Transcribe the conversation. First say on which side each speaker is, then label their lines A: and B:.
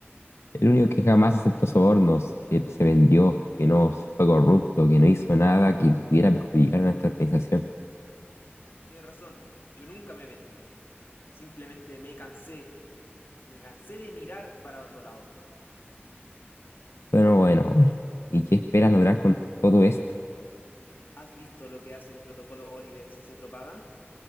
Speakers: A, on the left; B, on the left.
A: El único que jamás aceptó sobornos, que no se vendió, que no fue corrupto, que no hizo nada que pudiera perjudicar a nuestra organización.
B: Tienen razón, yo nunca me vendí. Simplemente me cansé, me cansé de mirar para otro lado.
A: Bueno, bueno, bueno. ¿Y qué esperas lograr con todo esto?
B: ¿Has visto lo que hace el protocolo Oliver si se propaga?